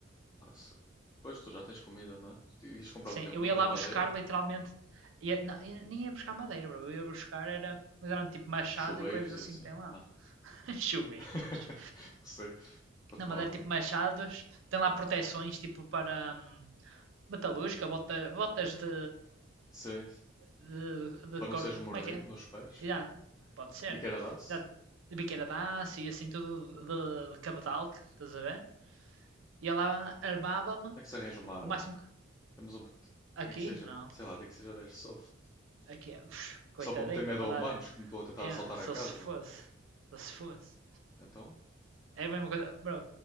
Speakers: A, on the left; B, on the right.
A: Ah, se- Pois tu já tens comida, não é? Tu ias comprar
B: Sim,
A: o quê? Muita
B: eu ia lá
A: madeira?
B: buscar literalmente. ia- não, ia- nem ia buscar madeira, bro. Eu ia buscar era, mas eram tipo machados
A: Chuveiros
B: e coisas assim
A: e assim?
B: que tem lá.
A: Ah,
B: <laughs> Chuveiras.
A: <laughs> não sei. Para
B: Não,
A: tomar
B: madeira tipo
A: bem.
B: machados. Tem lá proteções tipo para hum, metalúrgica, bota, botas de,
A: Sim. sim.
B: de, de
A: Para não
B: cor.
A: seres mordido
B: Como é que é?
A: nos pés.
B: Já, pode ser.
A: Biqueira dá-se?
B: Já, de biqueira de aço e assim tudo de, de cabedal, que- estás a ver? E ela armava-me
A: É que se arranja uma arma.
B: o máximo que.
A: Temos um.
B: Aqui?
A: Nem que seja,
B: Não.
A: sei lá, nem que seja de airsoft.
B: Aqui é. <sniffs> Coitadinho,
A: Só para meter medo
B: a mandar
A: a humanos que me estão a tentar
B: Yeah,
A: assaltar
B: só
A: a casa.
B: se fosse. Só se fosse.
A: Então?
B: É a mesma coisa. Bro,